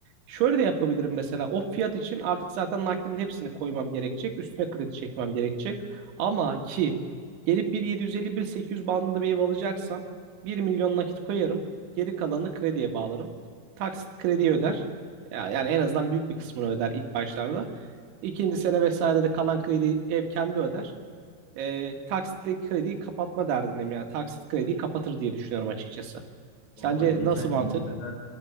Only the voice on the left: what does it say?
Valla geçen
gün bir sefer